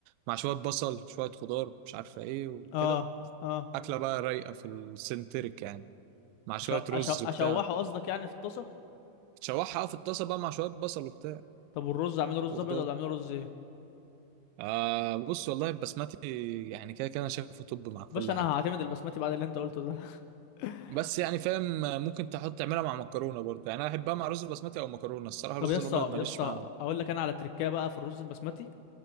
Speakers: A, on the right; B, on the left.
A: مع شويه بصل شويه خضار مش عارفه ايه وكده
B: اه اه
A: اكله بقى رايقه في السنتريك يعني مع شوية
B: أشو... أشو...
A: رز
B: اشوحه
A: وبتاع
B: قصدك يعني في الطاسه
A: تشوحها في الطاسة بقى مع شوية بصل وبتاع
B: طب والرز اعمله
A: وخضار
B: رز ابيض ولا اعمله رز ايه
A: آه بص والله البسمتي يعني كده كده انا شايفه طب مع كل
B: باشا انا
A: حاجة
B: هعتمد البسمتي بعد اللي انت قلته ده <laughs>
A: بس يعني فاهم ممكن تحط تعملها مع مكرونة برضه يعني انا احبها مع رز بسمتي او مكرونة الصراحة
B: طب
A: الرز
B: يا اسطى
A: الابيض ماليش
B: يا اسطى
A: معاه
B: اقول لك انا على تريكايه بقى في الرز البسمتي